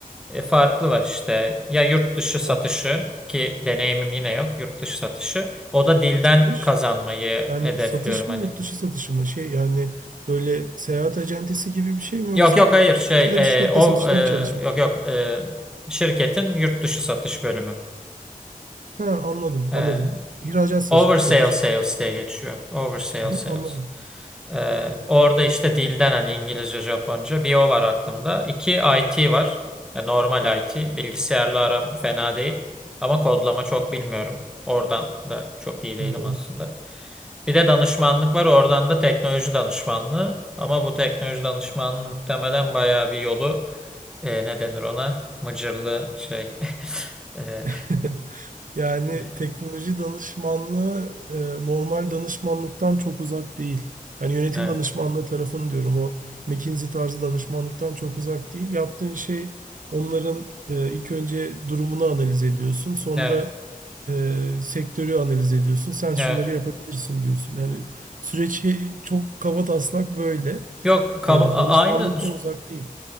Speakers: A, in the centre; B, on the right.
A: e, farklı var işte. Ya yurt dışı satışı
B: Neler?
A: ki deneyimim yine yok. Yurt dışı satışı. O da dilden
B: Satış.
A: kazanmayı
B: Yani
A: hedefliyorum
B: satış
A: hani.
B: mı yurt dışı satışı mı? Şey yani böyle seyahat acentesi gibi bir şey mi yoksa
A: Yok yok hayır şey
B: şurada bir şirkette
A: e, o
B: satışta
A: e,
B: mı çalışmak?
A: yok yok e, şirketin yurt dışı satış bölümü.
B: Ha anladım
A: E,
B: anladım. İhracat satışı.
A: Oversale
B: satış.
A: sales diye geçiyor. Oversale
B: <laughs>
A: sales.
B: Anladım.
A: Ee, orada işte dilden hani İngilizce, Japonca bir o var aklımda. İki IT var. Ya normal IT. Bilgisayarla aram fena değil. Ama kodlama çok bilmiyorum. Oradan da çok iyi
B: Tamam
A: değilim
B: tamam.
A: aslında. Bir de danışmanlık var. Oradan da teknoloji danışmanlığı. Ama bu teknoloji danışmanlığı muhtemelen bayağı bir yolu e, ne denir ona? Mıcırlı şey. <laughs> e,
B: <laughs> Yani
A: e,
B: teknoloji danışmanlığı e, normal danışmanlıktan çok uzak değil. Yani yönetim
A: evet.
B: danışmanlığı tarafını diyorum o McKinsey tarzı danışmanlıktan çok uzak değil. Yaptığın şey onların e, ilk önce durumunu analiz ediyorsun. Sonra
A: Evet.
B: e, sektörü analiz ediyorsun. Sen şunları
A: Evet.
B: yapabilirsin diyorsun. Yani süreç he- çok kabataslak böyle.
A: Yok kaba-
B: E, danışmanlıktan
A: a- aynı sü-
B: uzak değil.